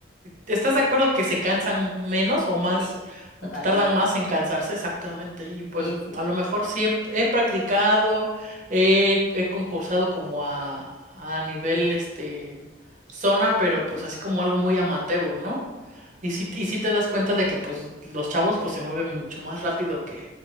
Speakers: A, on the right; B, on the left.
A: ¿Estás de acuerdo que se cansan menos o más,
B: Sí, totalmente.
A: tardan más en cansarse? Exactamente. Y pues
B: Sí, sí.
A: a lo mejor sí he, he practicado, he, he concursado como a, a nivel este zona, pero pues así como algo muy amateur, ¿no? Y sí, y sí te das cuenta de que pues los chavos pues se mueven mucho más rápido que,